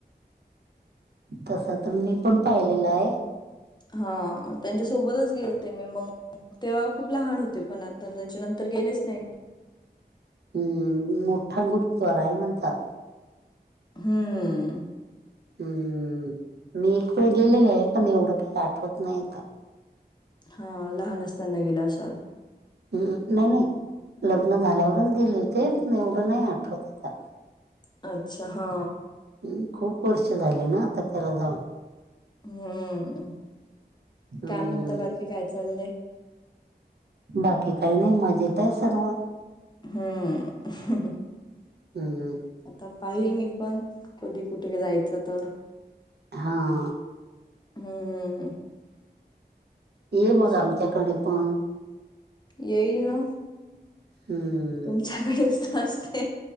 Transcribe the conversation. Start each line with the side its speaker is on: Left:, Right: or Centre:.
Right: तस तर मी पण पाहिलेलं आहे.
Left: हा त्यांच्या सोबतच गेलते मी मग तेव्हा खूप लहान होते पण आता, तर त्याच्यानंतर गेलेच नाही.
Right: हम् मोठा गुरुद्वारा आहे म्हणतात,
Left: हम्म
Right: हम्म मी एक वेळ गेलेले आहे पण एवढं काही आठवत नाहीत.
Left: हा लहान असताना गेलं असाल,
Right: हम् नाही नाही लग्न झाल्यावरच गेले होते पण एवढं नाही आठवत आता,
Left: अच्छा हा,
Right: ह् खूप वर्ष झाले ना, त्याला जाऊन
Left: हम्म,
Right: हम्म
Left: काय म्हणत बाकी काय चाललंय,
Right: बाकी काही नाही मजेत आहे सर्व,
Left: हम्म,
Right: हम् हम
Left: आता पाहिल मी पण कधी कुठे जायचं तर,
Right: हा,
Left: हम्म हम,
Right: ये मग आमच्याकडे
Left: ना.
Right: पण,
Left: येईल ना,
Right: हम्म,
Left: तुमच्याकडेच ना असते,